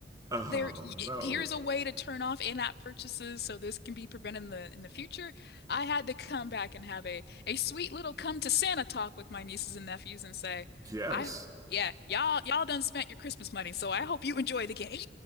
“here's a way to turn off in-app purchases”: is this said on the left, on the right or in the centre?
Left